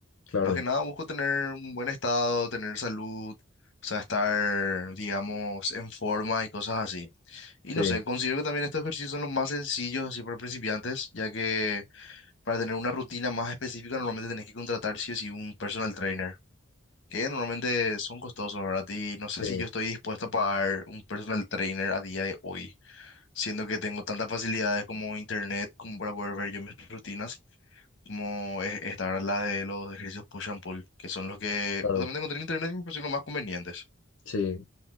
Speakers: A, on the left; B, on the left.
A: claro,
B: Más que nada busco tener un buen estado, tener salud, o sea, estar, digamos, en forma y cosas así. Y
A: sí.
B: no sé, considero que también estos ejercicios son los más sencillos así para principiantes, ya que para tener una rutina más específica normalmente tenés que contratar sí o sí un personal trainer, que normalmente son costosos, ¿verdad? Y no sé
A: Sí,
B: si yo estoy dispuesto a pagar un personal trainer a día de hoy, siendo que tengo tantas facilidades como internet como para poder ver yo mis rutinas como es- esta, ¿verdad? la de los ejercicios push and pull, que son los que
A: claro,
B: justamente encontré en internet y me parecieron los más convenientes.
A: sí.